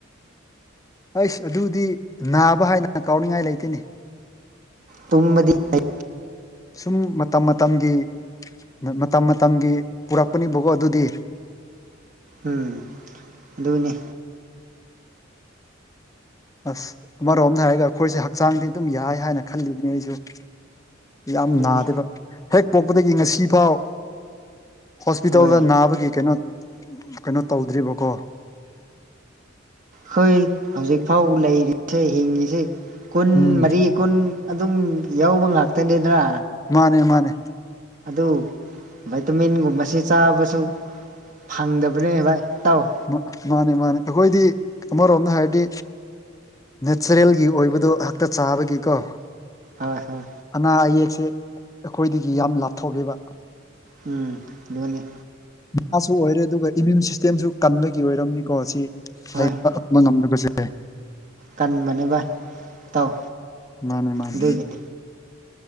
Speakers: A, on the left (about 15°); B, on the right (about 40°).
A: ꯑꯩꯁ ꯑꯗꯨꯗꯤ ꯅꯥꯕ ꯍꯥꯏꯅ ꯀꯥꯎꯅꯤꯡꯉꯥꯏ ꯂꯩꯇꯦꯅꯦ
B: ꯇꯨꯝꯕꯗꯤ ꯐꯩ
A: ꯁꯨꯝ ꯃꯇꯝ ꯃꯇꯝꯒꯤ ꯃꯇꯝ ꯃꯇꯝꯒꯤ ꯄꯨꯔꯛꯄꯅꯤꯕꯀꯣ ꯑꯗꯨꯗꯤ
B: ꯎꯝ ꯑꯗꯨꯅꯦ
A: ꯑꯁ ꯑꯃꯔꯣꯝꯗ ꯍꯥꯏꯔꯒ ꯑꯩꯈꯣꯏꯁꯦ ꯍꯛꯆꯥꯡꯗꯤ ꯑꯗꯨꯝ ꯌꯥꯏ ꯍꯥꯏꯅ ꯈꯜꯂꯤꯕꯅꯤ ꯑꯩꯁꯨ ꯌꯥꯝ
B: ꯑꯗꯨꯅꯤ
A: ꯅꯥꯗꯦꯕ ꯍꯦꯛ ꯄꯣꯛꯄꯗꯒꯤ ꯉꯁꯤ ꯐꯥꯎ ꯍꯣꯁꯄꯤꯇꯥꯜꯗ
B: ꯍꯣꯏ
A: ꯅꯥꯕꯒꯤ ꯀꯩꯅꯣ ꯀꯩꯅꯣ ꯇꯧꯗ꯭ꯔꯤꯕꯀꯣ
B: ꯈꯣꯏ ꯍꯧꯖꯤꯛꯐꯥꯎ ꯂꯩꯔꯤꯁꯦ ꯍꯤꯡꯉꯤꯁꯦ ꯀꯨꯟ
A: ꯎꯝ
B: ꯃꯔꯤ ꯀꯨꯟ ꯑꯗꯨꯝ ꯌꯧꯕ ꯉꯥꯛꯇꯅꯤꯗꯅꯥ
A: ꯃꯥꯅꯦ ꯃꯥꯅꯦ
B: ꯑꯗꯨ ꯚꯥꯏꯇꯃꯤꯟꯒꯨꯝꯕꯁꯤ ꯆꯥꯕꯁꯨ ꯐꯪꯗꯕꯅꯦꯕ ꯏꯇꯥꯎ
A: ꯃ ꯃꯥꯅꯦ ꯃꯥꯅꯦ ꯑꯩꯈꯣꯏꯗꯤ ꯑꯃꯔꯣꯝꯗ ꯍꯥꯏꯔꯗꯤ ꯅꯦꯆꯔꯦꯜꯒꯤ ꯑꯣꯏꯕꯗꯣ ꯍꯥꯛꯇ ꯆꯥꯕꯒꯤꯀꯣ
B: ꯍꯣꯏ ꯍꯣꯏ
A: ꯑꯅꯥ ꯑꯌꯦꯛꯁꯦ ꯑꯈꯣꯏꯗꯒꯤ ꯌꯥꯝ ꯂꯥꯞꯊꯣꯛꯑꯦꯕ
B: ꯎꯝ ꯑꯗꯨꯅꯤ
A: ꯅꯨꯄꯥꯁꯨ ꯑꯣꯏꯔꯦ ꯗꯨꯒ ꯏꯃ꯭ꯌꯨꯟ ꯁꯤꯁꯇꯦꯝꯁꯨ ꯀꯟꯕꯒꯤ ꯑꯣꯏꯔꯝꯅꯤꯀꯣ ꯁꯤ <unintelligible>
B: ꯍꯣꯏ
A: ꯉꯝꯗꯕꯁꯦ
B: ꯀꯟꯕꯅꯦꯕ ꯏꯇꯥꯎ
A: ꯃꯥꯅꯦ ꯃꯥꯅꯦ
B: ꯑꯗꯨꯒꯤꯅꯤ